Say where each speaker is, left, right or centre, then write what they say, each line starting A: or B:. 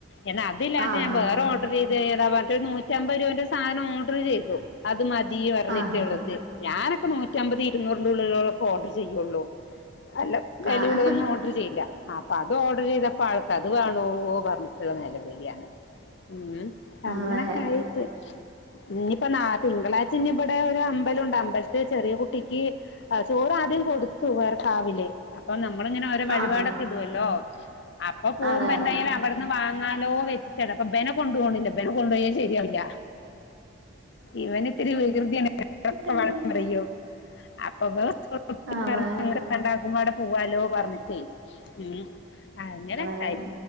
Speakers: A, on the left; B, on the right.
A: എന്നാ അതില്ലാതെ
B: ആഹ്
A: ഞാൻ വേറെ ഓഡ <unintelligible> ചെയ്ത് ഏതാ മറ്റത് നൂറ്റമ്പത് രൂപേന്റെ ഒരു സാധനം ഓർഡർ ചെയ്തു അത് മതി പറഞ്ഞി
B: ആഹ്
A: <unintelligible> ഞാനൊക്കെ നൂറ്റി അമ്പത് ഇരുന്നൂറിന്റെ ഉള്ളിലൊളോക്കെ ഓർഡർ ചെയ്യുള്ളൂ അല്ല വെലയുള്ളതൊന്നും
B: ആഹ്
A: ഓഡർ ചെയ്യില്ല അപ്പഅത് ഓർഡർ ചെയ്തപ്പോ ആൾ ത്തത് വേണോ പറഞ്ഞിട്ടൊള്ള നെലവിളിയാണ് ഉം
B: ആഹ്
A: അങ്ങനെക്കെ
B: അതെ
A: ആയിട്ട് ഇനിയിപ്പ നാ തിങ്കളാഴ്ച ഇഞ്ഞിപ്പ ഇവടെ ഒരമ്പലുണ്ട് അമ്പൽത്തെ ചെറിയ കുട്ടിക്ക് ആഹ് ചോറാദ്യം കൊടുത്തു വേറെക്കാവില് അപ്പൊ നമ്മളിങ്ങനെ ഓരോ വഴിപാടൊക്കെ
B: ആഹ്
A: ഇടുവല്ലോ അപ്പൊ പോകുമ്പോ
B: അതെ അതെ
A: എന്തായാലും അവടെ ഇന്ന് വാങ്ങാലോ വെച്ചിട്ടാണ് അപ്പൊ ഇബനെ കൊണ്ട് പോണില്ല ഇബനെ കൊണ്ടുപോയാല് ശരിയാവില്ല ഇവന് ത്തിരി വികൃതിയാണ് <unintelligible>
B: അതെ
A: വേണം പറയും അപ്പപ്പൊ <unintelligible>
B: അതെ
A: രണ്ടാക്കും കൂടെ പൂവാല്ലൊ പറഞ്ഞിട്ടേ മ് അങ്ങനെക്കായിട്ട്
B: അതെ